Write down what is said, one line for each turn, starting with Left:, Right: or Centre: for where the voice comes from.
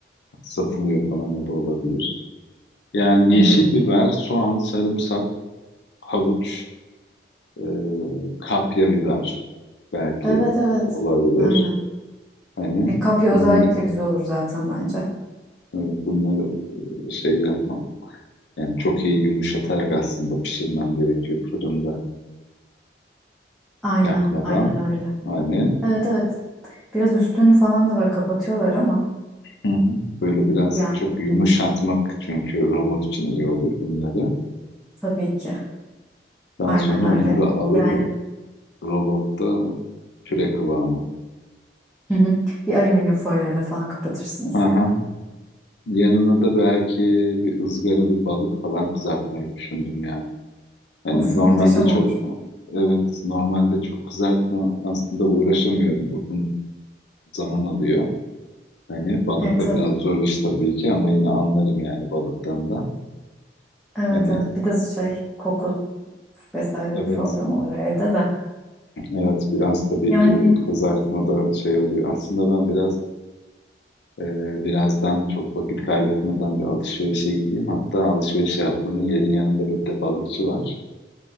Left: satılıyor falan o da olabilir. Yani
Centre: Hı hı.
Left: yeşil biber, soğan, sarımsak, havuç, e, kapya biber belki
Centre: Evet evet.
Left: olabilir.
Centre: Aynen.
Left: Hani
Centre: E, kapya
Left: bunları
Centre: özellikle güzel olur zaten bence.
Left: e, bunları şey yapmam. Yani çok iyi yumuşatarak aslında pişirmem gerekiyor fırında
Centre: Aynen.
Left: yakmadan.
Centre: Aynen öyle.
Left: Hani
Centre: Evet evet. Biraz üstünü falan da böyle kapatıyorlar ama
Left: hı hı, böyle biraz
Centre: yani
Left: çok yumuşatmak çünkü robot için iyi olur bunları.
Centre: tabii ki.
Left: Daha
Centre: Aynen
Left: sonra
Centre: öyle.
Left: onları alıp
Centre: Yani
Left: robotta püre kıvamı.
Centre: hı hı. Bir alüminyum folyoyla falan kapatırsın üstüne.
Left: Hı hı. Yanına da belki bir ızgara bir balık falan kızartmayı düşündüm ya. Hani
Centre: Of
Left: normalde
Centre: muhteşem
Left: çok
Centre: olur.
Left: evet normalde çok kızartma aslında uğraşamıyorum uzun zaman alıyor. Hani balık
Centre: E tabii.
Left: da biraz zor iş tabii ki ama yine anlarım yani balıktan da.
Centre: Evet
Left: Hani
Centre: evet. Bir de şey koku vesaire
Left: evet
Centre: problem olur evde de.
Left: evet biraz tabii
Centre: Yani
Left: ki kızartmada şey oluyor. Aslında ben biraz e, birazdan çok vakit kaybetmeden bir alışverişe gideyim. Hatta alışveriş yaptığımın yerin yanında bir de balıkçı var.